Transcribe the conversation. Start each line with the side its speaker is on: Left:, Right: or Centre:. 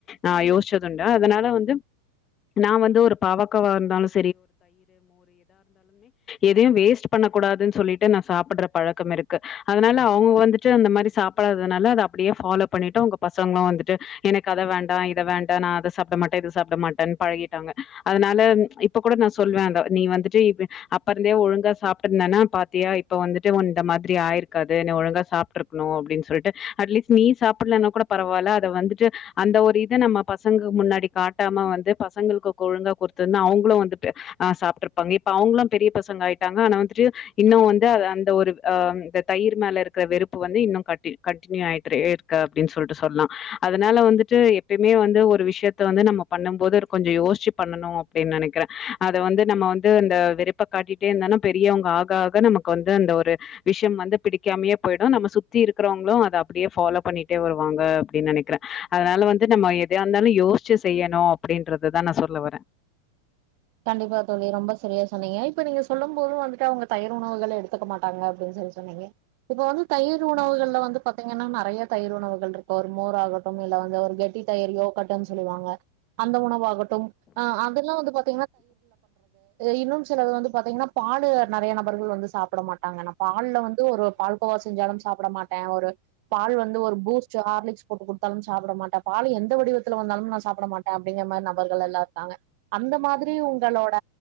Left: ஆஹ் யோசிச்சதுண்ட அதனால வந்து நா வந்து ஒரு பாவக்கவா இருந்தாலு ஸ் எதையு வேஸ்ட் பண்ண கூடாதுன் சொல்லிட்டு நா சாப்பிட்ற பழக்கமிருக்கு அதனால அவங் வந்துட்டு அந்த மாரி சாப்படாததுனால அத அப்படியே ஃபாலோ பண்ணிட்டு உங்க பசங்களு வந்துட்டு எனக்கு அத வேண்டா இத வேண்டா நா அத சாப்ட மாட்டே இத சாப்ட மாட்டன் பழகிட்டாங்க அதனால இப்ப கூட நா சொல்வே அத நீ வந்துட்டு <unintelligible> அப்ப இருந்தே ஒழுங்கா சாப்ட்ருந்தேனா பாத்தியா இப்ப வந்து டு இந்த மாதிரி ஆயிருக்காது இனி ஒழுங் லா சாப்ட்ருக்னு அப்டின் சொல்ட்டு அட்லீஸ் நீ சாப்பிட்லனா கூட பரவால்ல அத வந்துட்டு அந்த ஒரு இத நம்ம பசங்க முன்னாடி காட்டாம வந்து பசங்களுக்கு ஒழுங்கா குடுத்துருந்தா அவங்களு வந் ஆஹ் சாப்ட்ருப்பாங்க இப்ப அவங்கலா பெரிய பசங்க ஆயிட்டாங்க ஆனா வந்துட்டு இன் இன்னு வந்து அந்த ஒரு ஆ இந்த தயிர் மேல இருக்கிற வெறுப்பு வந்து இன்னு க கண்டினியூ ஆகிட்டு இருக்கு அப்டின்னு சொல்லிட்டு சொல்லலா அதனால வந்துட்டு எப்யுமே வந்து ஒரு விஷயத்த வந்து நம்ம பண்ணு போது கொஞ்சோ யோசிச்சு பண்ணணு அப்டின்னு நெனைக்கிறே அத வந்து நம்ம வந்து இந்த வெறுப்ப காட்டிட்டே இருந்தாலு பெரியவங்க ஆக ஆக நமக்கு வந்து அந்த ஒரு விஷயம் வந்து பிடிக்காமயே போயிடு நம்ம சுத்தி இருக்கிறவங்களு அதை அப்டியே ஃபாலோ பண்ணிட்டே வருவாங்க அப்படின்னு நெனைக்கிறே அதனால வந்து நம்ம எதையா இருந்தாலு யோசிச்சு செய்யணு அப்டின்றதுதான் நா சொல்ல வறேன்
Right: கண்டிப்பா தோழி ரொம்ப சரியா சொன்னீங்க இப்ப நீங்க சொல்லும் போதும் வந்துட்டு அவங்க தயிர் உணவுகளை எடுத்துக்க மாட்டாங்க அப்படின்னு சொல்லி சொன்னீங்க இப்ப வந்து தயிர் உணவுகள்ல வந்து பாத்தீங்கன்னா நெறைய தயிர் உணவர்கள் இருக்கு ஒரு மோர் ஆக அப்றம் இல்ல வந்து ஒரு கெட்டி தயிரயோ <unintelligible> சொல்லுவாங்க அந்த உணவாகட்டும் அதெல்லா வந்து பாத்தா இன்னும் சிலது வந்து பாத்தீங்கன்னா பால் நெறைய நபர்கள் வந்து சாப்ட மாட்டாங்க டாங்க நா பால் ல வந்து ஒரு பால் கோவா செஞ்சாலு சாப்ட மாட்டே ஒரு பால் வந்து ஒரு பூஸ்ட் கார்லிக்ஸ் போட்டு கொடுத்தாலு சாப்ட மாட்டே பால் எந்த வடிவத்துல வந்தாலும் நா சாப்ட மாட்டே அப்படிங்கிற மாரி நபர்கள் எல்லா இருக்காங்க அந்த மாரி சரி உங்களோட